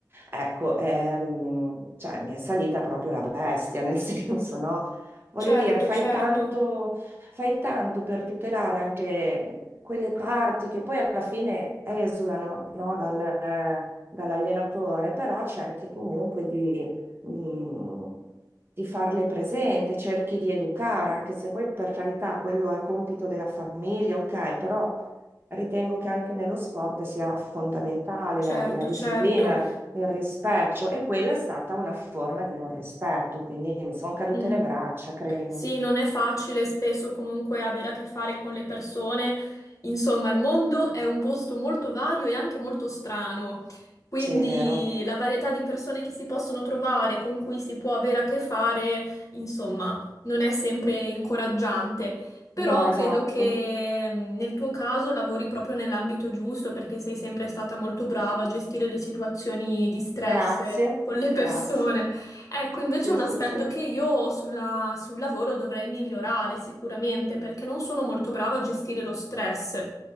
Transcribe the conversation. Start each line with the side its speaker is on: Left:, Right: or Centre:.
Right: Ecco, ehm, cioè, mi è salita proprio la bestia, nel <laughs> senso, no? Voglio
Left: certo,
Right: dire, fai
Left: certo.
Right: tanto, fai tanto per tutelare anche quelle parti che poi alla fine esulano, no, dal, eh, dall'allenatore, però cerchi comunque di, mm, di farle presente, cerchi di educare, anche se poi per carità quello è compito della famiglia, ok, però ritengo che anche nello sport sia fondamentale
Left: Certo,
Right: la, la disciplina,
Left: certo.
Right: il rispetto e quella è stata una forma di non rispetto, quindi mi sono cadute
Left: Mm.
Right: le braccia, credimi.
Left: Sì, non è facile spesso comunque avere a che fare con le persone. Insomma, il mondo è un posto molto vario e anche molto strano. Quindi
Right: Sì, è vero.
Left: la varietà di persone che si possono trovare, con cui si può avere a che fare, insomma, non è sempre incoraggiante. Però
Right: No, esatto.
Left: credo che mm, nel tuo caso lavori proprio nell'ambito giusto perché sei sempre stata molto brava a gestire le situazioni di stress
Right: Grazie,
Left: con le
Right: grazie.
Left: persone. Ecco, invece
Right: Sì,
Left: è un
Right: sì,
Left: aspetto
Right: sì.
Left: che io sulla- sul lavoro dovrei migliorare sicuramente perché non sono molto brava a gestire lo stress.